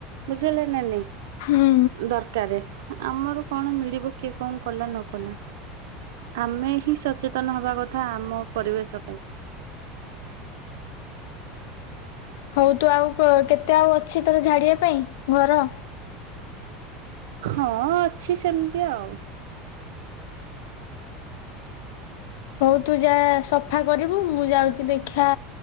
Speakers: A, on the right; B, on the left.
A: ବୁଝି ହେଲା ନା ନାଇଁ।
B: ହୁଁ
A: ଦରକାରେ। ଆମର କଣ ମିଳିବ କିଏ କଣ କଲା ନ କଲା ଆମେ ହିଁ ସଚେତନ ହବା କଥା ଆମ ପରିବେଶ ପାଇଁ।
B: ହଉ ତୁ ଆଉ ଅ, କେତେ ଆଉ ଅଛି ତୋର ଝାଡିବା ପାଇଁ ଘର।
A: ହଁ ଅଛି ସେମିତି ଆଉ।
B: ହଉ ତୁ ଯା ସଫା କରିବୁ ମୁଁ ଯାଉଚି ଦେଖିଆ